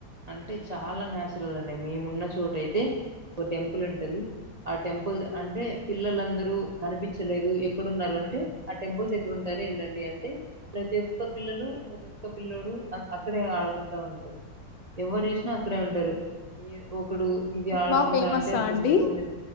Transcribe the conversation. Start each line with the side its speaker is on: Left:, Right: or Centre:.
Right: అంటే చాలా నాచురల్ అండి మేమున్న చోట అయితే ఒక టెంపుల్ ఉంటది ఆ టెంపుల్ అంటే పిల్లలందరూ కనిపిచ్చలేదు ఎక్కడున్నారు అంటే ఆ టెంపుల్ దగ్గరుంటారు ఎళ్ళండి అన్ టే ప్రతి ఒక్క పిల్లలు ప్రతి ఒక్క పిల్లోడు అక్కడే ఆడుకుంటా ఉం ఎవరు చూసినా అక్కడే ఉంటారు ఈ ఒకడు ఇది ఆడుకుంటా
Left: బాగా ఫేమసా
Right: అంటే ఒకటి
Left: అండి
Right: ఇంకోది